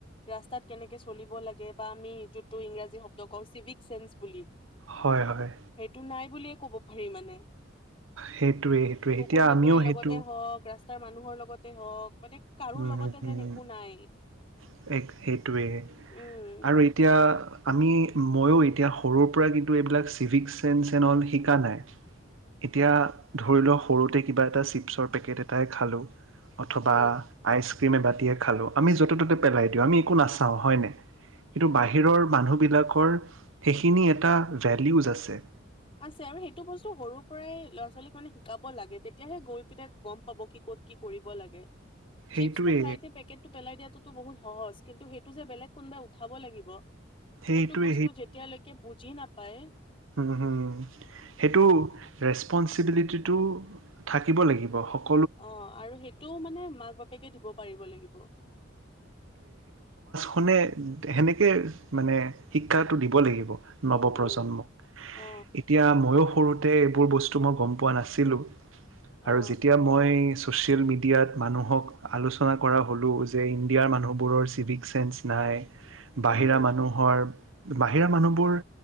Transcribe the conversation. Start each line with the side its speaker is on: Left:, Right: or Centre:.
Left: ৰাস্তাত কেনেকে চলিব লাগে বা আমি যোনটো ইংৰাজী শব্দ কওঁ চিভিক চেন্স বুলি!
Right: হয় হয়
Left: সেইটো নাই বুলিয়ে ক'ব পাৰি মানে।
Right: সেইটোৱে সেইটোৱে
Left: কুকুৰ-মেকুৰীৰ
Right: এতিয়া আমিও সেইটো
Left: লগত <unintelligible> হওক ৰাচ তাৰ মানুহৰ লগতে হওক মানে কাৰো
Right: উম
Left: লগতে
Right: <unintelligible>
Left: যেন একো নাই
Right: এক্স সেইটোৱেই
Left: উম
Right: আৰু এতিয়া! আমি ময়ো এতিয়া সৰুৰ পৰা কিন্তু এইবিলাক চিভিক চেঞ্চ এন অল শিকা নাই। এতিয়া ধৰি লও সৰুতে কিবা এটা চিপছৰ পেকেট এট টাই খালোঁ অথবা
Left: উম
Right: আইচক্ৰীম এবাতিয়ে খালো, আমি য'তে-ত'তে পেলাই দিওঁ আমি একো নাচাও হয়নে? কিন্তু বাহিৰৰ মানুহবিলাকৰ সেইখিনি এটা ভেলিওজ আছে।
Left: আছে আৰু সেইটো বস্তু সৰুৰ পৰাই ল'ৰা-ছোৱালীক মানে শিকাব লাগে তেতিয়াহে গৈ পিনে গম পাব কি ক'ত কি কৰিব লাগে?
Right: সেইটোৱে
Left: চিপচটো খাই পেকেটটো পেলাই দিয়াটোতো বহুত সহজ কিন্তু সেইটো যে বেলেগ কোনোবাই উঠাব লাগিব সেইটো
Right: সেইটোৱে
Left: বস্তু যেতিয়ালৈকে বুজি নাপ পায়
Right: উম হম সেইটো ৰেচপনঞ্চিবিলিটিটো থাকিব লাগিব, সক
Left: অ' আৰু সেইটোও মানে মাক-বাপেকে দিব পাৰিব লাগিব।
Right: <unintelligible> হেনেকৈ মানে শিক্ষাটো দিব লাগিব নৱ
Left: উম
Right: প্ৰজন্মক
Left: উম অ
Right: এতিয়া ময়ো সৰুতে এইবোৰ বস্তু মই গম পোৱা নাছিলোঁ।
Left: অ
Right: আৰু যেতিয়া মই ছ'চিয়েল মিডিয়াত মানুহক আলোচনা কৰা হ'লোঁ যে ইণ্ডিয়াৰ মানুহবোৰৰ চিভিক চেন্স নাই।
Left: উম
Right: বাহিৰা মানুহৰ বাহিৰা মানুহবোৰ